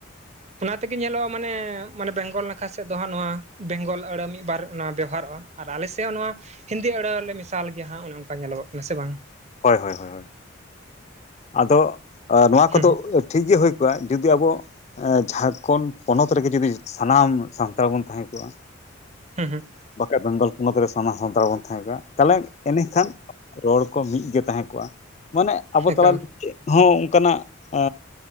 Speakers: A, on the right; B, on the left.
A: ᱚᱱᱟ ᱛᱮᱜᱮ ᱧᱮᱞᱚᱜ-ᱟ ᱢᱟᱱᱮ ᱢᱟᱱᱮ ᱵᱮᱝᱜᱚᱞ ᱱᱟᱠᱷᱟ ᱥᱮᱫ ᱫᱚ ᱦᱟᱸᱜ ᱱᱚᱣᱟ ᱵᱮᱝᱜᱚᱞ ᱟᱹᱲᱟᱹ ᱢᱤᱫ ᱵᱟᱨ ᱚᱱᱟ ᱵᱮᱣᱦᱟᱨ ᱨᱚᱜ-ᱟ ᱟᱨ ᱟᱞᱮ ᱥᱮᱫ ᱦᱚᱸ ᱱᱚᱣᱟ ᱦᱤᱱᱫᱤ ᱟᱹᱲᱟᱹ ᱞᱮ ᱢᱮᱥᱟᱞ ᱜᱮᱭᱟ ᱦᱟᱸᱜ ᱚᱱᱮ ᱚᱱᱠᱟ ᱧᱮᱞᱚᱜᱚᱜ ᱠᱟᱱᱟ ᱥᱮ ᱵᱟᱝ
B: ᱦᱳᱭ ᱦᱳᱭ ᱦᱳᱭ ᱟᱫᱚ ᱱᱚᱣᱟ
A: ᱦᱩᱸ
B: ᱠᱚᱫᱚ
A: ᱦᱩᱸ
B: ᱴᱷᱤᱠ ᱜᱮ ᱦᱩᱭ ᱠᱚᱜ-ᱟ ᱡᱩᱫᱤ ᱟᱵᱚ ᱡᱷᱟᱲᱠᱷᱚᱱᱰ ᱯᱚᱱᱚᱛ ᱨᱮᱜᱮ ᱡᱩᱫᱤ ᱥᱟᱱᱟᱢ ᱥᱟᱱᱛᱟᱲ ᱵᱚᱱ ᱛᱟᱦᱮᱸ ᱠᱚᱜ-ᱟ
A: ᱦᱩ ᱦᱩ <unintelligible>
B: ᱵᱟᱠᱷᱟᱡ ᱵᱮᱝᱜᱚᱞ ᱯᱚᱱᱚᱛ ᱨᱮ ᱥᱟᱱᱟᱢ ᱥᱟᱱᱛᱟᱲ ᱵᱚᱱ ᱛᱟᱦᱮᱸ ᱠᱷᱟᱡ ᱛᱟᱦᱚᱞᱮ ᱮᱱᱟᱹᱠᱷᱟᱱ ᱨᱚᱲ ᱠᱚ ᱢᱤᱫ ᱜᱮ ᱛᱟᱦᱮᱸ ᱠᱚᱜ-ᱟ ᱢᱟᱱᱮ ᱟᱵᱚ
A: ᱮᱠᱟᱞ
B: ᱛᱟᱞᱟ ᱪᱮᱫ ᱦᱚᱸ ᱚᱝᱠᱟᱱᱟᱜ ᱟ